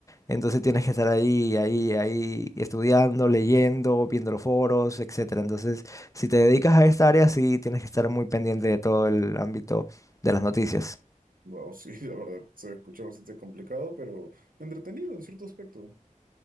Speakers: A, on the left (about 25°); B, on the right (about 90°).
A: entonces tienes que estar ahí, ahí, ahí, estudiando, leyendo, viendo los foros, etcétera. Entonces, si te dedicas a esta área, sí tienes que estar muy pendiente de todo el ámbito de las noticias.
B: Wow, sí, <laughs> la verdad, se escucha bastante complicado, pero entretenido en cierto aspecto.